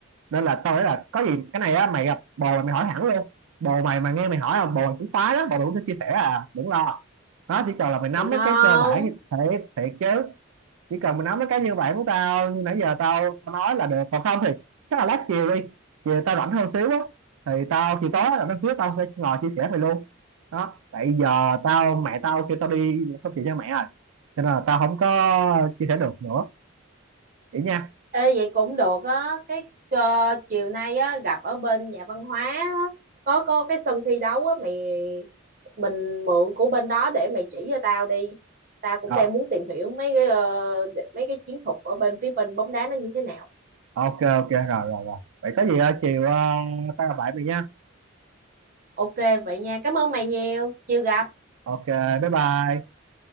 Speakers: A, on the right (about 80°); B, on the right (about 40°).
A: nên là tao nghĩ là có gì cái này á mày gặp bồ mày, mày hỏi hẳn luôn bồ mày mà nghe mày hỏi là bồ mày cũng khoái đó bồ mày cũng sẽ chia sẻ à đừng lo nó chỉ cần là mày nắm
B: thiệt không
A: mấy cái cơ bản như thế thiệt chứ chỉ cần mình nói mấy cái như vậy của tao như nãy giờ tao, tao nói là được còn không thì chắc là lát chiều đi chiều tao rảnh hơn xíu á thì tao thì tối là nó hứa tao sẽ ngồi chia sẻ về luôn đó tại giờ tao mẹ tao kêu tao đi không chịu cho mẹ rồi cho nên là tao không có chia sẻ được nữa vậy nha
B: Ê, vậy cũng được á cái ờ, chiều nay á gặp ở bên nhà văn hóa á, có có cái sân thi đấu á mày mình mượn của bên đó để mày chỉ cho tao đi tao cũng
A: rồi
B: đang muốn tìm hiểu mấy cái ờ, để- mấy cái chiến thuật ở bên phía bên bóng đá nó như thế nào
A: ok ok rồi rồi rồi vậy có gì ờ, chiều ờ, tao gặp lại mày nha
B: ok vậy nha cảm ơn mày nhiều chiều gặp
A: ok bye bye